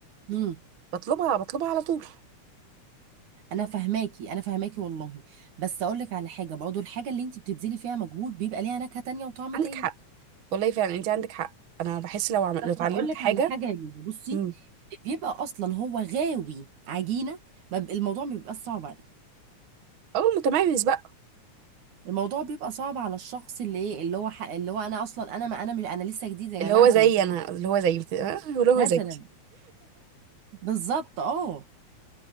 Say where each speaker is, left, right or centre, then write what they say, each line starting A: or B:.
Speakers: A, on the right; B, on the right.
A: امم
B: بطلبها بطلبها على طول
A: انا فاهماكي انا فاهماكي والله بس اقول لك على حاجه برضه الحاجه اللي انت بتبذلي فيها مجهود بيبقى ليها نكهه تانية وطعم
B: عندك
A: تاني
B: حق والله فعلا انت عندك حق انا بحس لو عمل...
A: بس
B: لو اتعلمت
A: اقول لك
B: حاجه
A: على حاجه يا لولو، بصي
B: امم
A: بيبقى اصلا هو غاوي عجينه ما ب- الموضوع ما بيبقاش صعب عليه
B: اه متميز بقى
A: الموضوع بيبقى صعب على الشخص اللي ايه اللي هو ح- اللي هو انا اصلا انا ما انا مش انا لسه جديد يا
B: اللي
A: جماعه
B: هو زي
A: في الموضوع
B: انا اللي هو زي بت... آه، اللي هو
A: مثلا
B: زي
A: بالظبط اه